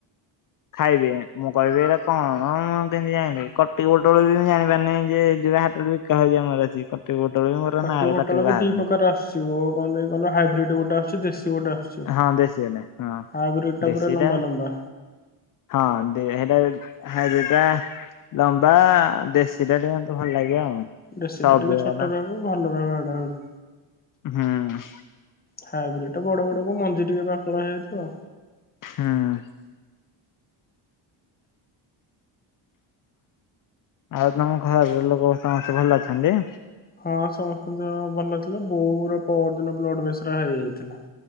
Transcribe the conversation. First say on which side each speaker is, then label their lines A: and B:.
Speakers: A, on the left; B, on the left.
A: ଖାଇବି ମୁଁ କହିବି ଏରା କଣ ମୁଁ କେନ୍ତି ଯାଇଲି କଟିପୋଟୋଳ ବି ମୁଁ ଜାଣିପାରେ ନାଇଁ ଯେ ଯୋଉ ହା ଟରେ ବିକା ହୋଉଛି ଆମର ଏଠି, କଟି ପୋଟୋଳୋ ବି ମୋରୋ
B: କଟି
A: ନାଁବି
B: ପୋଟଳ
A: ପାଟିରୁ
B: ବି
A: ବାହାରୁନି।
B: ଦି <unintelligible> କଣ ଦେଖି କହିଲ ହାଇବ୍ରିଡର ଗୋଟେ ଆସୁଛି ଦେଶୀ ଗୋଟେ ଆସୁ ଛି
A: ହଁ ଦେଶୀ ବାଲା ହଁ
B: ହାଇବ୍ରିଡ ଟା
A: ଦେଶୀଟା
B: ପୁରା ଲମ୍ବା ଲମ୍ବା।
A: ହଁ ଦେ ହେଟା ବି ହାଇବ୍ରିଡ ଟା ଲମ୍ବା ଦେଶୀ ଟା ଟିକେ ମତେ ଭଲ ଲାଗେ ଆଉ।
B: ଦେଶୀଟା
A: ସବୁ
B: ଟିକେ ଛୋଟୋ
A: ହେଲା
B: ରହିବ ଭଲ ରହିବ <unintelligible> ଆହୁରି।
A: ହୁଁ।
B: ହାଇବ୍ରିଡ ଟା ବଡ ବଡକୁ ମଞ୍ଜି ଟିକେ ପାକଳ ହେଇଯାଇଥିବ।
A: ହୁଁ। ଆଉ ତମ ଘର ଲୋକୋ ସମସ୍ତେ ଭଲ ଅଛନ୍ତି।
B: ହଁ ସମସ୍ତଙ୍କ ଦେହ ଭଲ ଥିଲା ବୋଉର ପରଦିନ ବ୍ଲଡ ପ୍ରେସର ହାଇ ହେଇଥିଲା।